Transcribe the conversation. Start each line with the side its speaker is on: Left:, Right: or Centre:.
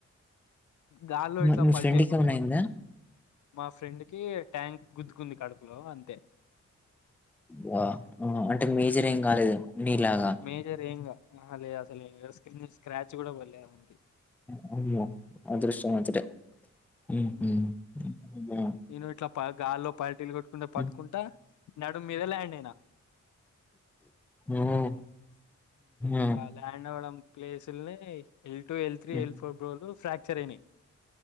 Left: గాళ్ళో
Centre: మీ
Left: ఇట్లా
Centre: మీ
Left: పల్టీలు
Centre: ఫ్రెండ్‌కి
Left: కొట్టుకుంటా
Centre: ఏమైనా అయిందా?
Left: మా ఫ్రెండ్ కి ట్యాంక్ గుద్దుకుంది కడుపులో అంతే
Centre: వా అంటే మేజర్ ఏం కాలేదు నీలాగా
Left: మేజర్ ఏం కాద్ అహా లేదు అసలు స్క్రన్ స్క్రాచ్ కూడా పడలేదు వానికి
Centre: వామ్మో అదృష్టం వంతుడే మ్
Left: హ్మ్.
Centre: హు ఆ
Left: నేను ఇట్లా గాల్లో పల్టీళ్లు కొట్టుకుంట పట్టుకుంటా
Centre: ఉమ్,
Left: నడు మీద ల్యాండ్ అయినా
Centre: మ్ ఆ
Left: ల్యాండ్ అవ్వడం ప్లేసుల్నే ఎల్ టూ ఎల్ త్రీ
Centre: ఉమ్,
Left: ఎల్ ఫోర్ బ్రోలు ఫ్రాక్చర్ అయినాయి